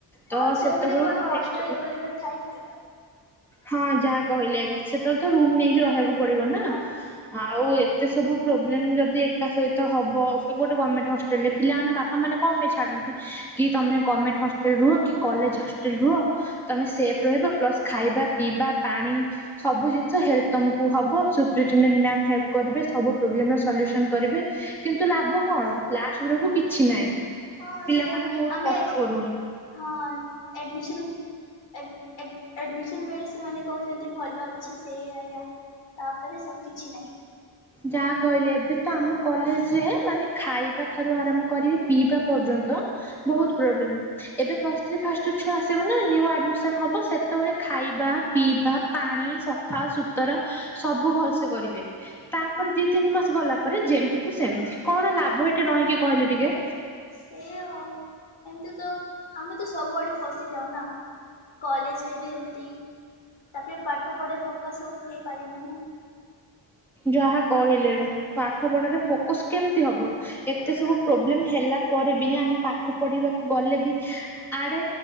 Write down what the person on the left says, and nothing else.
ହଁ
ସବୁ
ଆଡେ କଣ
ହଷ୍ଟେଲ
ଆଭେଲେବୁଲ୍ ଥାଏ କି?
ହଁ
ହଁ
ହଁ
ସେୟା
ଆମେ
ଆଜି
ହଁ ଏଡ଼ମିଶନ୍ ଏ ଏ ଏଡ଼ମିସନ୍ ବେଳେ ସେମାନେ କହୁଚନ୍ତି ଭଲ ଅଛି ସେ ଆଆ ତାପରେ ସବୁ କିଛି ନାହିଁ।
ହଁ
ସେଇ ଆଉ। ଏମିତି ତ ଆମେ ତ ସବୁଆଡ଼େ ଫସିଯାଉନା କଲେଜରେ ବି ଏମିତି ତାପରେ ପାଠ ପଢ଼ା ଫୋକସ ହେଇପାରି ନା ନା।